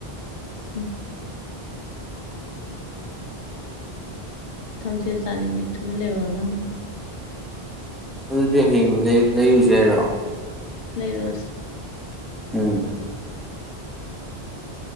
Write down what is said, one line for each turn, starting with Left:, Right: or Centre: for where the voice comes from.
Left: ꯎ ꯊꯝꯆꯦꯠ ꯆꯥꯅꯤꯡꯉꯦ ꯇꯨꯃꯤꯜ ꯂꯩꯌꯨ ꯑꯉꯥꯡ
Centre: ꯑꯗꯨꯗꯤ ꯍꯌꯦꯡ ꯂꯩꯔꯨꯁꯦ ꯍꯥꯏꯔꯣ
Left: ꯂꯩꯔꯣꯁꯦ
Centre: ꯎꯝ